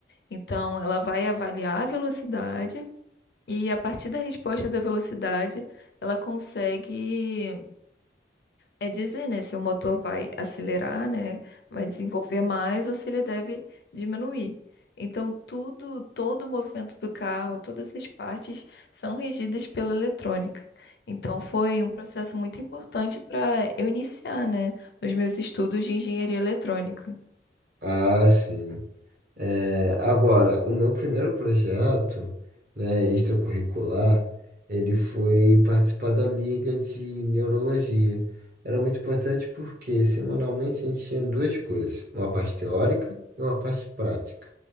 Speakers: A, on the left; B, on the right.
A: Então, ela vai avaliar a velocidade e a partir da resposta da velocidade, ela consegue é dizer, né, se o motor vai acelerar, né, vai desenvolver mais ou se ele deve diminuir. Então, tudo, todo o movimento do carro, todas as partes são regidas pela eletrônica. Então, foi um processo muito importante para eu iniciar, né, nos meus estudos de engenharia eletrônica.
B: Ah, sim. É, agora, o meu primeiro projeto, né, extracurricular, ele foi participar da Liga de Neurologia. Era muito importante porque semanalmente a gente tinha duas coisas, uma parte teórica e uma parte prática.